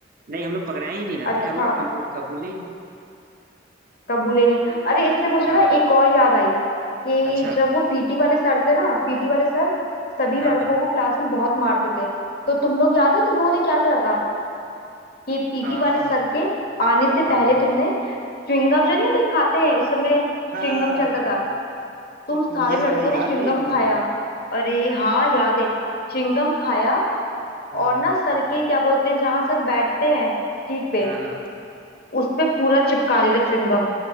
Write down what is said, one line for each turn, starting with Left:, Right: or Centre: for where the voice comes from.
Right: नहीं हम लोग पकड़ाए ही नहीं ना
Left: अच्छा
Right: थे हम लोग कंबू- कबूले ही नहीं।
Left: कबूले नहीं अरे इससे मुझे
Right: हाँ
Left: ना एक और याद आई कि
Right: अच्छा
Left: जब वो पीटी वाले सर थे ना पीटी वाले सर सभी लड़कों
Right: हाँ हाँ
Left: को क्लास में बहुत मारते थे तो तुम लोग याद है तुम लोगों ने क्या करा था कि पीटी
Right: हाँ
Left: वाले सर के आने से पहले
Right: हम्म
Left: तुमने च्युइंगम जो नहीं होते खाते हैं उस समय च्युइंगम
Right: हाँ
Left: चलता था तुम
Right: तो-
Left: सारे
Right: तो यह वाला
Left: लड़कों ने
Right: याद
Left: च्युइंगम
Right: भी है तुम्हें
Left: खाया अरे हाँ याद है च्युइंगम खाया
Right: हाँ
Left: और ना सर के क्या बोलते हैं जहां सर बैठते हैं सीट पे
Right: हाँ हाँ
Left: उस पे पूरा चिपका देता च्युइंगम